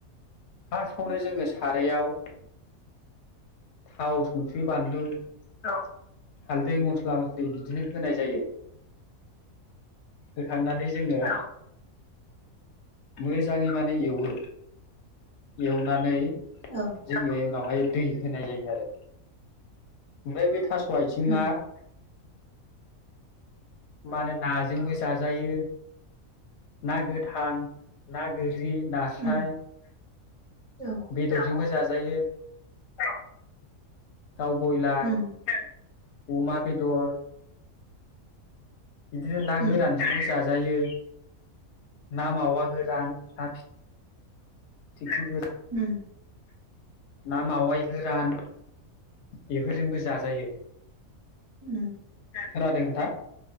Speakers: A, on the left; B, on the right.
A: फासवानो जोङो सारायाव थाव सं ख्रि बानलु औ हालदै मस्ला मस्लि बिदिनो होनाय जायो। होखांनानै जोङो औ मोजाङै माने एवो। एवनानै
B: औ
A: जोंङो उनावहाय दै होनाय जायो आरो ओमफाय बे थास' आयथिङा
B: उम
A: मानो नाजोंबो जाजायो ना गोथां ना गो रि, नास्राय,
B: उम औ
A: बेदरजोंबो जाजायो। औ दाव बयलार
B: उम
A: ओं उमा बेदर बिदिनो ना
B: उम
A: गोरानजोंबो जा जायो ना मावा गोरान ना फि थिग <unintelligible>
B: ओम।
A: ना मावाय गोरान, बेफोरजोंबो जाजायो।
B: उम।
A: खोनादों नोंथां?